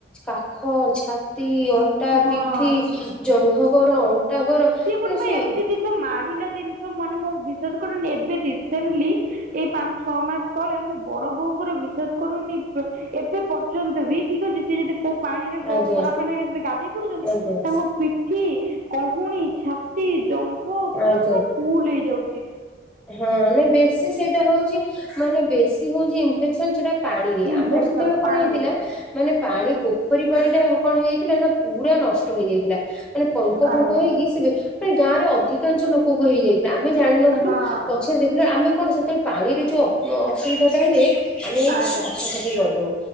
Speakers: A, in the centre; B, on the right.
A: କାଖ, ଛାତି, ଅଣ୍ଟା,
B: ହଁ।
A: ପିଠି ଜଙ୍ଘ କର, ଅଣ୍ଟା କର
B: ସିଏ ଗୋଟେ
A: ମାନେ
B: ପାଇଁ
A: ସେ
B: ଏମ୍ତି ଜିନିଷ ମାଡିଲା ଜିନିଷ, ମାନେ ମୋ ବିଶ୍ୱାସ କରିବୁନି ଏବେ ରିସେଣ୍ଟଲି ଏଇ ପାଞ୍ଚ୍ ଛଅ ମାସ ତଳେ ମୋ ବଡ ବୋଉଙ୍କର ବିଶ୍ଵାସ କରୁବୁନି, ଏବେ ପର୍ ଯନ୍ତ ବି ଠିକ୍ ଅଛି, ସେ ଯଦି ପାଣିରେ ଖ-ଖରାପ
A: ଆଜ୍ଞା
B: ପାଣିରେ ଯଦି ଗାଧେଇ ପୁଡୁଛନ୍ତି,
A: ଆଜ୍ଞା
B: ତାଙ୍କ ପିଠି, କହୁଣୀ ଛା ଏ ଜଙ୍ଘ ପୁରା
A: ଆଜ୍ଞା
B: ପୁରା ଫୁଲ୍ ହେଇଯାଉଚି।
A: ହଁ, ନାଇଁ ବେଶି ସେଇଟା ହଉଛି। ମାନେ ବେଶି ହଉଛି ଇନ୍ଫେକ୍ସନ୍ ସେଟା ପାଣିରେ,
B: ଇନଫେକ୍ସନ
A: ଆମର ସେତେବେଳେ କଣ
B: ପାଣିରେ
A: ହେଇଥିଲା ମାନେ ପାଣି ପୋଖରୀ ପାଣି ଟା କଣ ହେଇଯାଇଥିଲା ନା ପୁରା ନ ଷ୍ଟ ହେଇ ଯାଇଥିଲା, ମାନେ ପଙ୍କ ଫଙ୍କ
B: ଆଜ୍ଞା
A: ହେଇକି ସେ ଗାଁରେ ଅଧିକାଂଶ ଲୋ ପୋକୁ ହେଇଯାଇଥିଲା ଆମେ ଜାଣିନଥିଲୁ
B: ହଁ
A: ପଛରେ ଦେଖିଲେ ଆମେ କଣ ସେତୋଳେ ପାଣିରେ ଯୋଉ ଅ ଅସୁବିଧାଟା ହୁଏ ଆମେ ଯାଇଁକି
B: ଆଜ୍ଞା
A: ସେଠି ସଫାସଫି କରୁଦୋଉ।